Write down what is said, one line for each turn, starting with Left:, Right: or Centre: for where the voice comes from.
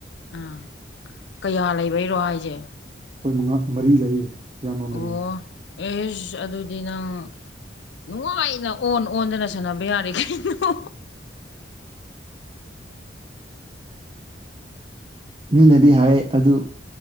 Left: ꯑꯥ ꯀꯌꯥ ꯂꯩꯕꯩꯔꯣ ꯍꯥꯏꯁꯦ
Right: ꯍꯣꯏ ꯃꯉꯥ ꯃꯔꯤ ꯂꯩꯌꯦ ꯏꯌꯥꯝꯕ
Left: ꯑꯣ
Right: ꯃꯔꯤ
Left: ꯑꯦꯁ ꯑꯗꯨꯗꯤ ꯅꯪ ꯅꯨꯡꯉꯥꯏꯅ ꯑꯣꯟ ꯑꯣꯟꯗꯅ ꯁꯥꯟꯅꯕ ꯌꯥꯔꯦ ꯀꯩꯅꯣ
Right: ꯃꯤꯅꯗꯤ ꯍꯥꯏ ꯑꯗꯨ